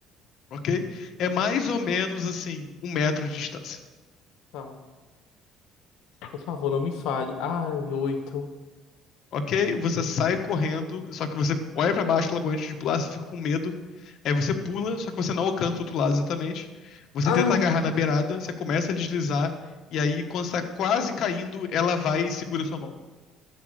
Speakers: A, on the left; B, on the left.
A: ok? É mais ou menos assim, um metro de distância.
B: Tá. Por favor, não me fale. Ai, oito.
A: Ok, você sai correndo, só que você olha pra baixo logo antes de pular, você fica com medo. Aí você pula, só que você não alcança o outro lado exatamente. Você
B: Ai.
A: tenta agarrar na beirada, você começa a deslizar, e aí quando você tá quase caindo, ela vai e segura sua mão.